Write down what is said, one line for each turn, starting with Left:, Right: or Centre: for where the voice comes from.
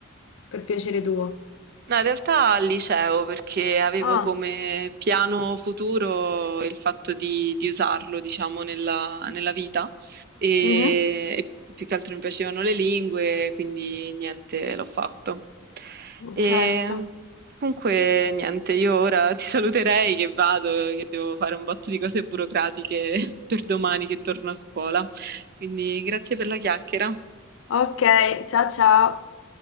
Left: per piacere tuo?
Right: No, in realtà al liceo, perché avevo
Left: Ah,
Right: come piano futuro il fatto di, di usarlo, diciamo, nella, nella vita e,
Left: mhm,
Right: e più che altro mi piacevano le lingue, quindi niente, l'ho fatto. E
Left: certo.
Right: comunque, niente, io ora ti saluterei che vado, che devo fare un botto di cose burocratiche <laughs> per domani che torno a scuola. Quindi grazie per la chiacchiera.
Left: Ok, ciao ciao.